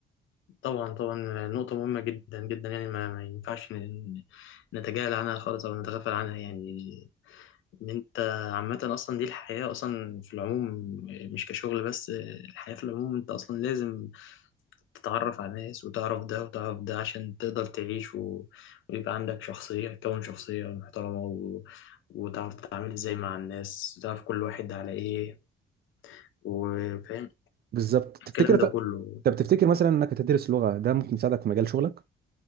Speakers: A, on the left (about 80°); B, on the right (about 50°).
A: طبعا طبعا نقطه مهمه جدا جدا يعني ما, ما ينفعش ن- نتجاهل عنها خالص او نتغافل عنها يعني ان انت عامة اصلا دي الحياة اصلا في العموم مش كشغل بس الحياة في العموم انت اصلا لازم تتعرف على ناس وتعرف ده وتعرف ده عشان تقدر تعيش و... ويبقى عندك شخصية تكون شخصية محترمة و... وتعرف تتعامل ازاي مع الناس تعرف كل واحد على ايه وفاهم
B: بالظبط تفتكر
A: الكلام ده كله
B: طب تفتكر مثلا انك هتدرس لغة ده ممكن يساعدك في مجال شغلك